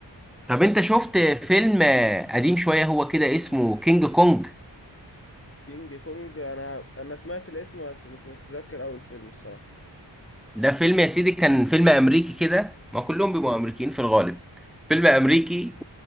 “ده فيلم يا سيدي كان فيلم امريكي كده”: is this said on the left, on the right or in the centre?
Centre